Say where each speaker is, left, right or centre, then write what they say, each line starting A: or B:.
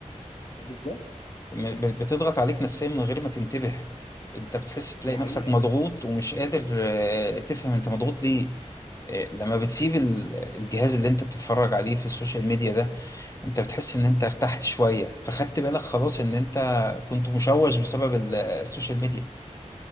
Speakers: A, on the left (about 50°); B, on the left (about 25°).
A: بالظبط
B: م- ب- بتضغط عليك نفسيا من غير ما تنتبه انت بتحس تلاقي
A: دي حقيقة
B: نفسك مضغوط ومش قادر آه، تفهم انت مضغوط ليه آه، لما بتسيب ال- الجهاز اللي انت بتتفرج عليه في السوشيال ميديا ده انت بتحس ان انت ارتحت شوية فخدت بالك خلاص ان انت كنت مشوش بسبب ال- السوشيال ميديا